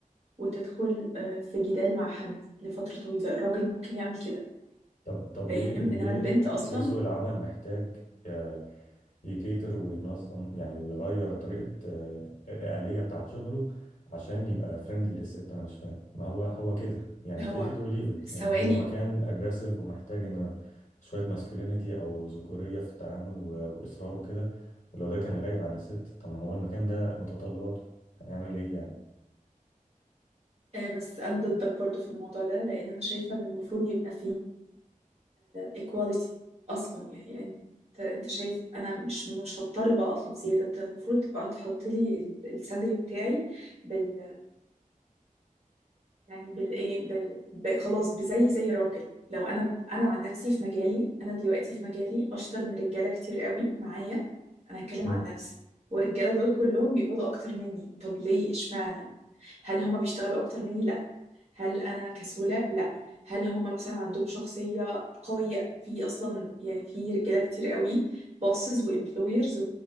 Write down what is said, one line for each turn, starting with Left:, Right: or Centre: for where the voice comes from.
Right: وتدخل أه، في جدال مع حد لفترة طويلة الراجل ممكن يعمل كده
Left: طب طب
Right: فاهم
Left: ليه ليه
Right: انما البنت اصلا
Left: ليه سوق العمل محتاج آه، يكيتر وينظم يعني ويغير طريقة آه، الآلية بتاعت شغله عشان يبقى فريندلي للست أنا مش فاهم ما هو هو كده يعني
Right: هو
Left: take it or leave it
Right: ثواني
Left: يعني هو مكان أجريسيف ومحتاج إن شوية ماسكلينيتي أو ذكورية في التعامل و- وإصرار وكده ولو ده كان غايب عن الست طب ما هو المكان ده متطلباته هنعمل إيه يعني؟
Right: آه، بس انا ضدك برضو في الموضوع ده لان انا شايفه ان المفروض يبقى فيه ايكواليتي اصلا يعني انت انت شايف انا مش مش هضطر بقى اطلب زياده انت المفروض تبقى تحط لي السالري بتاعي بال يعني بالايه بال... ب... خلاص بزي زي راجل لو انا ب- انا عن نفسي في مجالي انا دلوقتي في مجالي اشطر من رجاله كتير قوي معايا انا هتكلم
Left: امم
Right: عن نفسي والرجاله دول كلهم بيقبضوا اكتر مني طب ليه اشمعنى هل هما بيشتغلوا اكتر مني لا هل انا كسولة لا هل هم مثلا عندهم شخصية قوية في اصلا يعني في رجالة كتير قوي bosses وامبلويرز